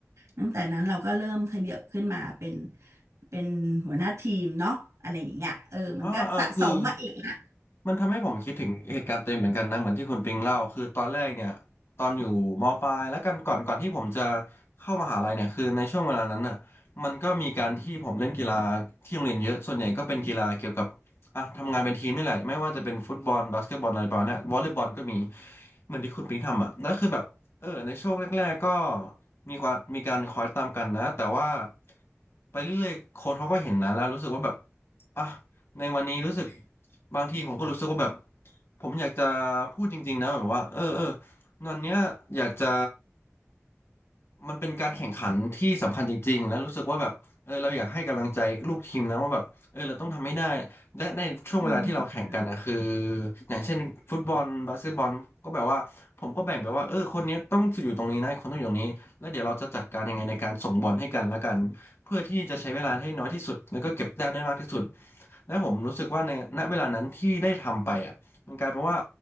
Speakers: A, on the right (about 80°); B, on the left (about 55°).
A: ตั้งแต่นั้นเราก็เริ่มขยับขึ้นมาเป็นเป็นหัวหน้าทีมเนาะอะไรอย่างเงี้ยเออมันก็สะสมมาอีกอ่ะ
B: เออเออคือมันทำให้ผมคิดถึงเหตุการณ์ตัวเองเหมือนกันนะเหมือนที่คุณปิงเล่าคือตอนแรกเนี่ยตอนอยู่มปลายแล้วกันก่อนก่อนที่ผมจะเข้ามหาลัยเนี่ยคือในช่วงเวลานั้นน่ะมันก็มีการที่ผมเล่นกีฬาที่โรงเรียนเยอะส่วนใหญ่ก็เป็นกีฬาเกี่ยวกับอ่ะทำงานเป็นทีมนี่แหละไม่ว่าจะเป็นฟุตบอลบาสเกตบอลอะไรประมาณเนี้ยวอลเลย์บอลก็มีเหมือนที่คุณปิงทำอ่ะแล้วคือแบบเออในช่วงแรกๆก็มีความมีการคอยตามกันนะแต่ว่าไปเรื่อยๆโค้ชเขาก็เห็นนะแล้วรู้สึกว่าแบบอ่ะ ในวันนี้รู้สึกบางทีผมก็รู้สึกว่าแบบผมอยากจะพูดจริงๆนะแบบว่าเออเออวันเนี้ยอยากจะมันเป็นการแข่งขันที่สำคัญจริงๆแล้วรู้สึกว่าแบบเออเราอยากให้กำลังใจลูกทีมนะว่าแบบเออเราต้องทำให้ได้และในช่วงเวลาที่เราแข่งกันนะคือ
A: อืม
B: อย่างเช่นฟุตบอลบาสเกตบอลก็แบบว่าผมก็แบ่งไปว่าเออคนเนี้ยต้องอยู่ตรงนี้นะคนต้องอยู่ตรงนี้แล้วเดี๋ยวเราจะจัดการยังไงในการส่งบอลให้กันละกัน เพื่อที่จะใช้เวลาให้น้อยที่สุดแล้วก็เก็บแต้มได้มากที่สุดและผมรู้สึกว่าในณเวลานั้นที่ได้ทำไปอ่ะมันกลายเป็นว่า